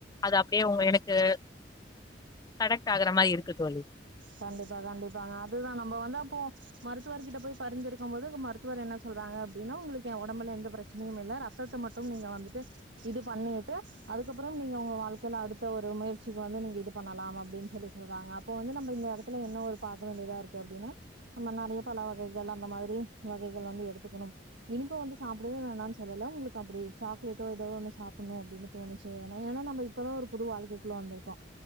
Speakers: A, on the left; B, on the right.
A: அது அப்டியே உங்க எனக்கு கடெக்ட் ஆகுற மாரி இருக்கு தோலி
B: கண்டிப்பா கண்டிப்பாங்க அதுதான் நம்ம வந்து அப்போ மருத்துவர்கிட்ட போய் பரிந்துரைக்குபோது மருத்துவர் என்ன சொல்றாங்க அப்டின்னா உங்களுக்கு என் உடம்புல எந்த பிரச்சனையும் இல்ல ரத்தத்தை மட்டும் நீங்க வந்துட்டு இது பண்ணிட்டு அதுக்கப்பறம் நீங்க உங்க வாழ்க்கையில அடுத்த ஒரு முயற்சிக்கு வந்து நீங்க இது பண்ணலாம் அப்டின்னு சொல்லி சொல்றாங்க அப்ப வந்து நம்ம இந்த இடத்துல என்ன ஒரு பாக்க வேண்டியதா இருக்கு அப்டின்னா நம்ம நெறைய பழ வகைகள் அந்த மாரி வகைகள் வந்து எடுத்துக்கணும் இனிப்பு வந்து சாப்பிடவே வேணாம்னு சொல்ல உங்களுக்கு அப்டி சாக்லேட்டோ ஏதோ ஒன்னு சாப்பிடணும் அப்டின்னு தோணுச்சு ஏன்னா ஏன்னா நம்ம இப்பதான் ஒரு புது வாழ்க்கைக்குள்ள வந்ருக்கோம்